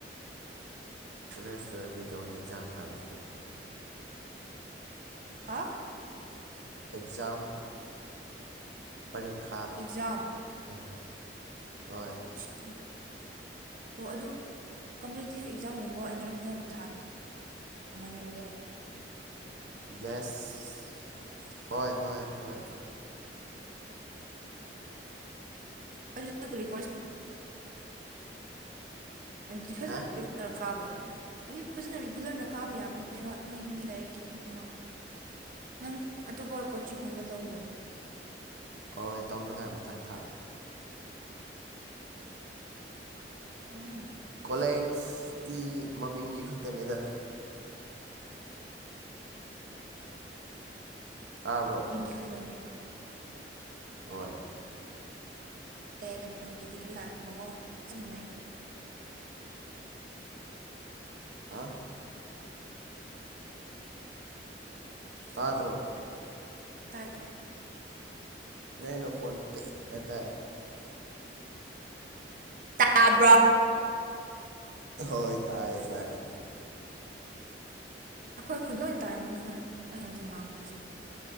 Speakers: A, on the right; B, on the right.
A: ꯀꯣꯂꯦꯖ ꯂꯣꯏꯔ ꯀꯩꯗꯧꯅꯤ ꯑꯦꯛꯖꯥꯝ ꯊꯥꯕ ꯆꯠꯄꯅꯤꯅ
B: ꯍꯥ
A: ꯑꯦꯛꯖꯥꯝ ꯄꯔꯤꯈꯥ
B: ꯑꯦꯛꯖꯥꯝ
A: ꯑ ꯍꯣꯏ
B: ꯁꯨꯠ ꯑ ꯑꯣ ꯑꯗꯨꯝ ꯀꯝꯄꯤꯇꯤꯞ ꯑꯦꯛꯖꯥꯝꯒꯨꯝꯕ ꯑꯦꯟꯇ꯭ꯔꯥꯟꯁ ꯑꯦꯛꯖꯥꯝꯒꯨꯝꯕ ꯊꯥꯗ ꯗꯉꯥꯏꯅꯦꯕꯀꯣ
A: ꯌꯦꯁ ꯍꯣꯏ ꯍꯣꯏ ꯍꯣꯢ
B: ꯑꯩꯖꯨ <unintelligible> ꯑꯟꯖꯤ ꯐꯖꯟ
A: ꯍꯥ
B: <unintelligible> ꯀꯥꯕ ꯌꯥꯕꯅꯦ ꯑꯗꯨꯏ ꯐꯖꯅ ꯔꯤꯒꯨꯂꯔꯅ ꯀꯥꯕ ꯌꯥꯕꯅꯦꯕ ꯅꯪꯒꯤꯗꯤ ꯂꯥꯏꯔꯤꯛꯀꯤꯅꯦꯕ ꯅꯪ ꯑꯇꯣꯞꯄ ꯀꯣꯆꯤꯡꯒꯨꯝꯕ ꯂꯧꯕ꯭ꯔꯣ
A: ꯍꯣꯏ ꯇꯧꯅꯉꯥꯏ ꯃꯊꯪ ꯊꯥ
B: ꯎꯝ
A: ꯀꯣꯂꯦꯖꯇꯤ ꯃꯃꯤꯡꯒꯤ ꯈꯛꯇꯅꯤꯗ ꯇꯥꯕ꯭ꯔꯣ
B: ꯒꯤ ꯈꯜꯂꯅꯦꯕ
A: ꯍꯣꯏ
B: ꯑꯦ ꯀꯩꯅꯣꯒꯤ ꯗꯤꯒ꯭ꯔꯤ ꯇꯥꯟꯅꯤꯡꯅꯕꯀꯣ ꯆꯞ ꯃꯥꯟꯅꯩ ꯑꯩꯈꯣꯏ
A: ꯍꯥ ꯇꯥꯗ꯭ꯔꯣ
B: ꯇꯥꯏ ꯇꯥꯢ
A: ꯅꯩ ꯅꯈꯣꯟ ꯄꯤꯛꯅ ꯇꯥꯏ
B: ꯇꯥꯕ꯭ꯔꯣ
A: ꯍꯣꯏ ꯇꯥꯏꯌꯦ ꯇꯥꯏꯌꯦ
B: ꯑꯈꯣꯏ ꯈꯨꯜ ꯂꯣꯏ ꯇꯥꯔꯝꯒꯅꯤꯗ ꯑꯩꯅ ꯍꯧꯖꯤꯛ ꯉꯥꯡꯕꯁꯦ